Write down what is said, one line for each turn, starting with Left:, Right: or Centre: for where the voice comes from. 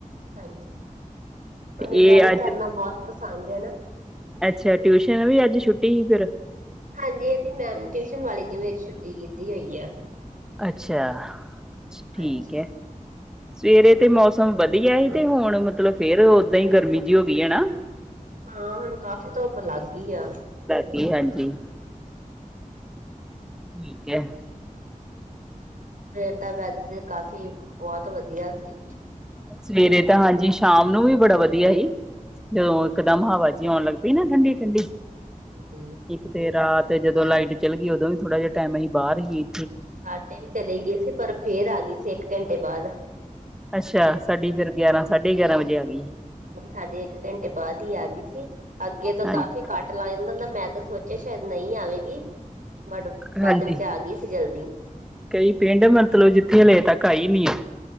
Right: ਹਾਂਜੀ। ਇਹਨੂੰ
Centre: ਇਹ
Right: ਡਰਾਇੰਗ
Centre: ਅੱਜ
Right: ਕਰਨਾ ਬਹੁਤ ਪਸੰਦ ਹੈ ਨਾ।
Centre: ਅੱਛਾ। ਟਿਊਸ਼ਨ ਵੀ ਅੱਜ ਛੁੱਟੀ ਸੀ ਫੇਰ।
Right: ਹਾਂਜੀ। ਇਹਦੀ ਮੈਮ ਟਿਊਸ਼ਨ ਵਾਲੀ ਨੇ, ਮੇਰੀ ਛੁੱਟੀ ਕੀਤੀ ਹੋਈ ਐ।
Centre: ਅੱਛਾ। ਠੀਕ
Right: ਹਾਂਜੀ।
Centre: ਹੈ। ਸੁਵੇਰੇ ਤੇ ਮੌਸਮ ਵਧੀਆ ਈ, ਤੇ ਹੁਣ ਮਤਲਬ ਫੇਰ ਇਹ ਉਹਦਾਂ ਹੀ ਗਰਮੀ ਜਿਹੀ ਹੋ ਗਈ ਹੈ ਨਾ।
Right: ਹਾਂ। ਹੁਣ ਕਾਫ਼ੀ ਧੁੱਪ ਲੱਗ ਦੀ ਆ।
Centre: ਕੀ ਹਾਂਜੀ। ਠੀਕ ਹੈ।
Right: ਫੇਰ ਤਾ ਵੇਸੇ ਕਾਫੀ ਬਹੁਤ ਵਧੀਆ ਸੀ।
Centre: ਸੁਵੇਰੇ ਤਾ ਹਾਂਜੀ, ਸ਼ਾਮ ਨੂੰ ਵੀ ਬੜਾ ਵਧੀਆ ਸੀ। ਜਦੋਂ ਇਕਦਮ ਹਵਾ ਜਿਹੀ ਆਉਣ ਲੱਗ ਪਈ ਨਾ ਠੰਡੀ-ਠੰਡੀ।
Right: ਹਾਂਜੀ।
Centre: ਇੱਕ ਤੇ ਰਾਤ ਜਦੋਂ ਲਾਈਟ ਚੱਲੀ ਗਈ ਉਦੋਂ ਵੀ ਥੋੜਾ ਜਿਹਾ ਟਾਈਮ ਅਸੀਂ ਬਾਹਰ ਸੀ।
Right: ਸਾਡੇ ਵੀ ਚਲੀ ਗਏ ਸੀ ਪਰ ਫੇਰ ਆ ਗਈ ਸੀ ਇੱਕ ਘੰਟੇ ਬਾਅਦ।
Centre: ਅੱਛਾ। ਸਾਡੀ ਫੇਰ ਗਿਆਰਾਂ ਸਾਢੇ ਗਿਆਰਾਂ ਵਜੇ ਆ ਗਈ।
Right: ਸਾਡੇ ਇੱਕ ਘੰਟੇ ਬਾਅਦ ਹੀ ਆ ਗਈ ਸੀ। ਅੱਗੇ ਤੋਂ
Centre: ਹਾਂਜੀ
Right: ਕਾਫ਼ੀ ਕਟ ਪ ਲੱਗ ਜਾਂਦਾ ਹੁੰਦਾ ਮੈਂ ਤਾਂ ਸੋਚਿਆ ਸ਼ਾਇਦ ਨਹੀਂ ਆਵੇਗੀ। ਬਟ
Centre: ਹਾਂਜੀ
Right: ਵੱਧ ਵਿੱਚ ਆ ਗਈ ਸੀ ਜਲਦੀ।
Centre: ਕਈ ਪਿੰਡ ਮਤਲਬ ਜਿੱਥੇ ਹਲੇੇ ਤੱਕ ਆਈ ਨਹੀ ਹੈ।